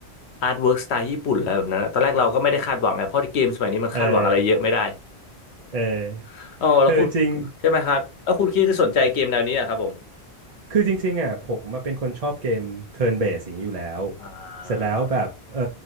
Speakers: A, on the left (about 80°); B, on the right (about 45°).
A: อาร์ตเวิร์กสไตล์ญี่ปุ่นอะไรแบบนั้นอะตอนแรกเราก็ไม่ได้คาดหวังไงเพราะเกมสมัยนี้มันคาดหวังอะไรเยอะไม่ได้
B: เออเออเออจริง
A: <laughs> อ๋อแล้วคุณใช่ไหมครับแล้วคุณคิดคือสนใจเกมแนวนี้อะครับผม
B: คือจริงๆอ่ะผมมาเป็นคนชอบเกม turn based อย่างนี้อยู่แล้ว
A: อ่
B: เสร็จแล้วแบบเออ
A: า